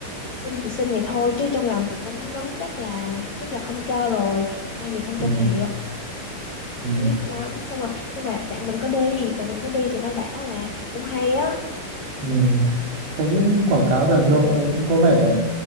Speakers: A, on the left; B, on the right.
A: xin thì xin vậy thôi chứ trong lòng thì cũng nắm chắc là tức là không cho rồi ai vậy không
B: Ừ.
A: cho thiệt
B: Ừ.
A: tiếc lắm xong rồi nhưng mà bạn mình có đi bạn mình có đi thì nó bảo là cũng hay á
B: Ừ. thấy quảng cáo rầm
A: ừ.
B: rộ thấy cũng có vẻ